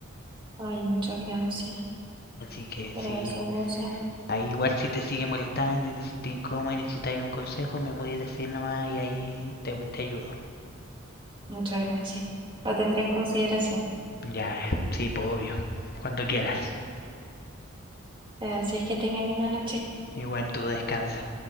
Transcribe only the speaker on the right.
Ay, muchas gracias.
Gracias,
gracias.
Muchas gracias. Lo tendré en consideración.
Gracias, que tengan linda noche.